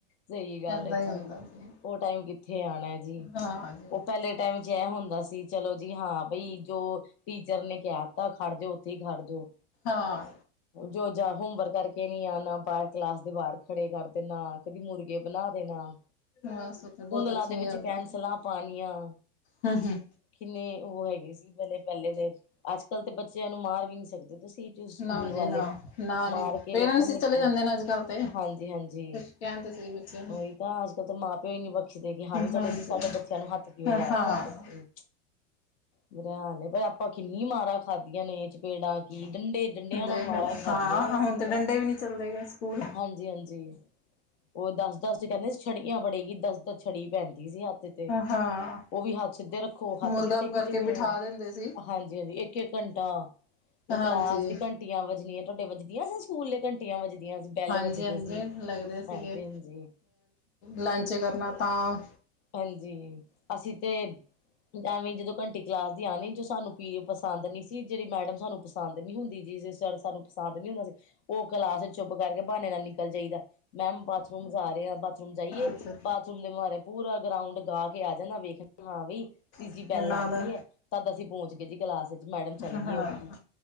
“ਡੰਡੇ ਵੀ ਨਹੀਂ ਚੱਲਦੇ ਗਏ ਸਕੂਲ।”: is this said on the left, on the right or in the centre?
Left